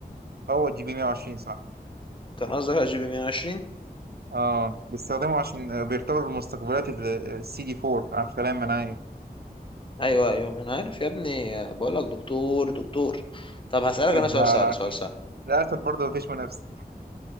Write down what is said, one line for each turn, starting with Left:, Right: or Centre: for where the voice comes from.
Right: هو الجي بي 120 صح
Left: كان قصدك على جي بي 120
Right: اه بيستخدمه عشان آه، بيرتبط بمستقبلات السي دي 4 على كلام منايا
Left: ايوه ايوه ما انا عارف يا ابني بقول لك دكتور دكتور طب هسألك
Right: <laughs> لا
Left: انا سؤال سهل
Right: لا
Left: سؤال سهل
Right: للاسف برضه مفيش منافس